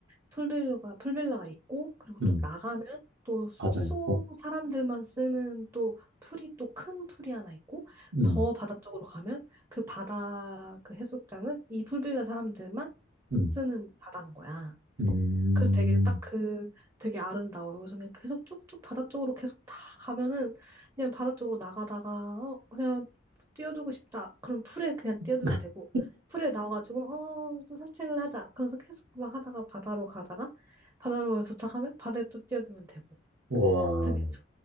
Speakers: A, on the right (about 20°); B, on the right (about 70°).
A: 풀빌라가 풀빌라가 있고 그리고
B: 음,
A: 또 나가면 또 숙소
B: 바다 있고,
A: 사람들만 쓰는 또 풀이 또 큰 풀이 하나 있고
B: 음,
A: 더 바다 쪽으로 가면 그 바다 그 해수욕장은 이 풀빌라 사람들만
B: 음,
A: 쓰는 바다인 거야.
B: 음.
A: 그래서 되게 딱 그, 되게 아름다워요. 그래서 그냥 계속 쭉쭉 바다 쪽으로 계속 다 가면은 그냥 바다 쪽으로 나가다가 어, 그냥 뛰어들고 싶다. 그럼 풀에 그냥
B: <laughs>
A: 뛰어들면 되고 풀에 나와가지고 어, 좀 산책을 하자. 그래서 계속 막 하다가 바다로 가다가 바다로 도착하면 바다에 또 뛰어들면 되고
B: 와,
A: 되게 좋-